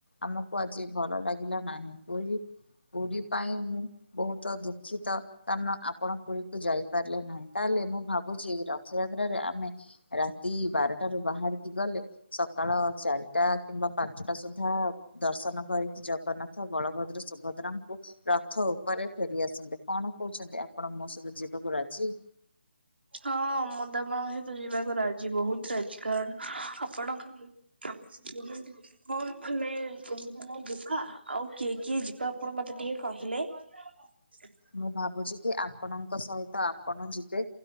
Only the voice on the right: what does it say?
ହଁ ମୁଁ ତମ ସହିତ ଯିବାକୁ ରାଜି ବହୁତ ରାଜି କାରଣ ଆପଣଙ୍କ ଆଉ କିଛି କୁହନ୍ତୁ। ହଉ ଆମେ <unintelligible> ଯିବା ଆଉ କିଏ କିଏ ଯିବା ଆପଣ ମତେ ଟିକେ କହିଲେ? <unintelligible>